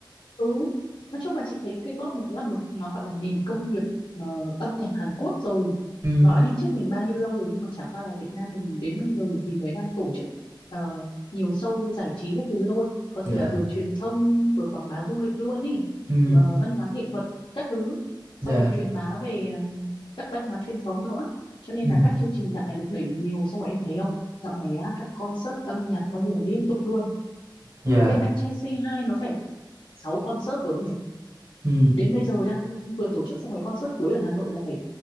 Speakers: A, on the left; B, on the right.
A: Ừ, nói chung là chị thấy K-pop nó cũng là một nó gọi là nền công nghiệp ờ, âm nhạc Hàn Quốc rồi.
B: Ừ,
A: Nó đã đi trước mình bao nhiêu lâu rồi nhưng mà chả qua là Việt Nam mình đến bây giờ thì mới đang tổ chức ờ, nhiều show giải trí các thứ thôi. Có
B: dạ
A: thể là vừa truyền thông vừa quảng bá du lịch luôn ý,
B: ừ
A: Ờ, văn hóa nghệ thuật các thứ.
B: dạ
A: Xong rồi truyền bá về ừm, các văn hóa truyền thống nữa. Cho nên
B: ừ
A: là các chương trình dạo này được đẩy nhiều xong rồi em thấy không? Dạo này á, các concert âm nhạc có nhiều liên tục luôn.
B: dạ
A: Bên anh trai Say Hi nó phải 6 concert rồi ấy
B: ừ
A: đến bây giờ đang vừa tổ chức xong cái concert cuối ở Hà Nội là phải